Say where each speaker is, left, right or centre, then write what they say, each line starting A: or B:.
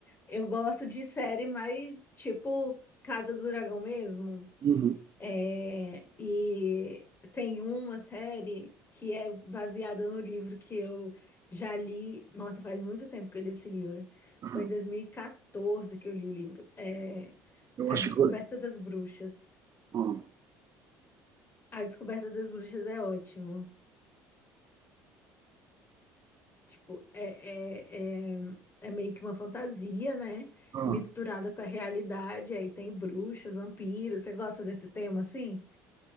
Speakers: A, on the left; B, on the right.
A: Eu gosto de série mais tipo Casa do Dragão mesmo.
B: uhum,
A: É, e tem uma série que é baseada no livro que eu já li. Nossa, faz muito tempo que eu li esse livro.
B: aham.
A: Foi em 2014 que eu li o livro. É
B: Eu
A: A
B: acho
A: Descoberta
B: que. eu-
A: das Bruxas.
B: ah,
A: A Descoberta das Bruxas é ótimo. Tipo, é, é, é, é meio que uma fantasia, né?
B: ah,
A: Misturada com a realidade. Aí tem bruxas, vampiros. Você gosta desse tema, assim?